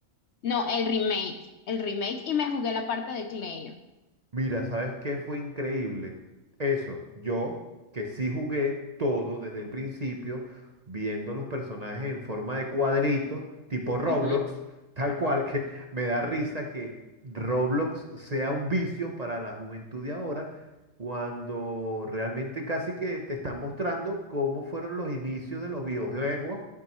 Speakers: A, on the left; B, on the right.
A: no, el remake. El remake y me jugué la parte de Claire.
B: Mira, ¿sabes qué fue increíble? Eso, yo que sí jugué todo desde el principio, viendo los personajes en forma de cuadritos, tipo Roblox,
A: Ujú,
B: <laughs> tal cual que me da risa que Roblox sea un vicio para la juventud de ahora, cuando realmente casi que te están mostrando cómo fueron los inicios de los videojuegos